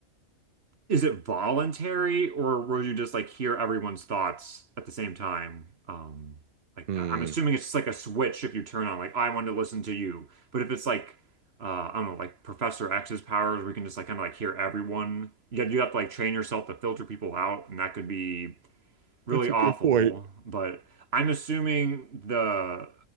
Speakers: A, on the right; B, on the right.
A: is it voluntary or would you just like hear everyone's thoughts at the same time? Um, like
B: hmm.
A: I- I'm assuming it's just like a switch if you turn on like I want to listen to you, but if it's like uh, I don't know, like Professor X's powers, we can just like kind of like hear everyone. Yet you have to like train yourself to filter people out, and that could be really
B: That's a
A: awful,
B: good point.
A: but I'm assuming the